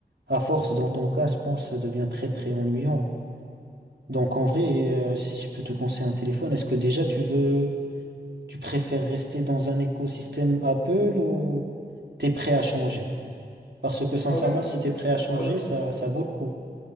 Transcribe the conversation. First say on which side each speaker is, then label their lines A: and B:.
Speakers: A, on the right; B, on the left.
A: à force dans ton cas, je pense, que ça devient très très ennuyant. Donc en vrai, euh, si je peux te conseiller un téléphone, est-ce que déjà tu veux, tu préfères rester dans un écosystème Apple ou t'es prêt à changer? Parce que sincèrement,
B: En fait,
A: si t'es prêt à changer,
B: ouais,
A: ça, ça vaut le coup.